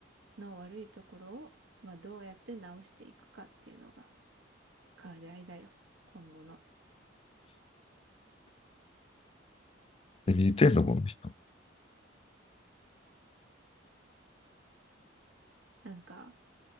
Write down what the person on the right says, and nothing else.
の悪いところを、まあ、どうやって直していくかっていうのが、課題だよ。今後の。
なんか、